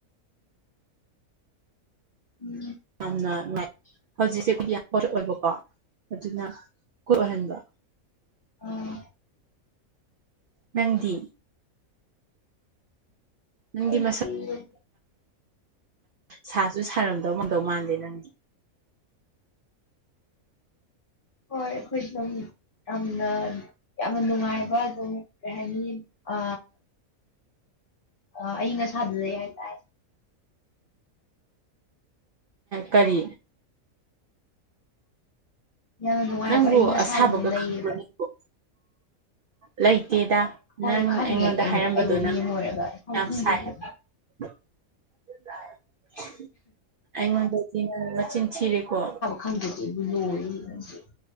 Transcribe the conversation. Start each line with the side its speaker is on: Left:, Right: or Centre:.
Left: ꯎꯝ
Right: ꯌꯥꯝꯅ ꯅꯨꯡꯉꯥꯏ ꯍꯧꯖꯤꯛꯁꯦꯕꯨꯗꯤ ꯌꯥꯝ ꯀꯠꯛꯑꯣꯕꯀꯣ ꯑꯗꯨꯅ ꯀꯣꯠ ꯑꯣꯏꯍꯟꯕ
Left: ꯑꯥ
Right: ꯅꯪꯗꯤ ꯅꯪꯗꯤ
Left: ꯑꯩꯗꯤ
Right: ꯃꯁꯛ ꯁꯥꯁꯨ ꯁꯥꯔꯝꯗꯧ ꯉꯝꯗꯧ ꯃꯥꯟꯗꯦ ꯅꯪꯗꯤ
Left: ꯍꯣꯏꯈꯣꯏꯗꯝꯝ ꯌꯥꯝꯅ ꯌꯥꯝꯅ ꯅꯨꯡꯉꯥꯏꯕ ꯑꯗꯨꯝ ꯀꯩ ꯍꯥꯏꯅꯤ ꯑ ꯑ ꯑꯏꯪ ꯑꯁꯥꯗꯨꯗꯩ ꯍꯥꯏꯇꯥꯔꯦ
Right: ꯀꯔꯤ
Left: ꯌꯥꯝꯅ ꯅꯨꯡꯉꯥꯏꯕ
Right: ꯅꯪꯕꯨ
Left: ꯑꯏꯪ ꯑꯁꯥꯗ
Right: ꯑꯁꯥꯕꯒ
Left: ꯑꯗꯨꯝ ꯂꯩꯌꯦꯕ
Right: ꯈꯪꯕ꯭ꯔꯣ ꯅꯪꯕꯨ ꯂꯩꯇꯦꯗ
Left: ꯍꯣꯏ
Right: ꯅꯪ
Left: ꯈꯪꯉꯦ
Right: ꯑꯩꯉꯣꯟꯗ
Left: ꯀꯩꯅꯣ
Right: ꯍꯥꯏꯔꯝꯕꯗꯨꯣ
Left: ꯑꯩꯕꯨ ꯃꯤ
Right: ꯅꯪ
Left: ꯑꯃ ꯑꯣꯏꯔꯒ ꯑꯁꯥꯕ
Right: ꯌꯥꯝ
Left: ꯈꯪꯗ꯭ꯔꯗꯤ
Right: ꯁꯥꯏ ꯍꯥꯏꯕ <inaudible> ꯑꯩꯉꯣꯟꯗꯗꯤꯅ ꯃꯆꯤꯟ ꯊꯤꯔꯦꯀꯣ
Left: ꯍꯪꯖꯦꯀꯦ ꯑꯩꯕꯨ ꯂꯣꯏꯔꯤꯪꯁꯦ